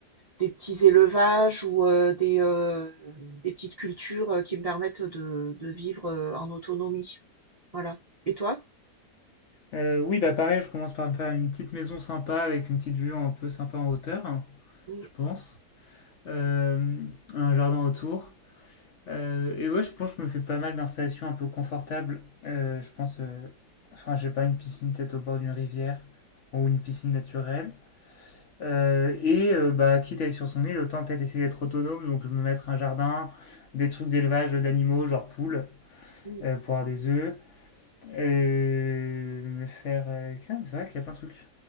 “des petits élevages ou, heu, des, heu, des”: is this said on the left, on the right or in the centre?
Right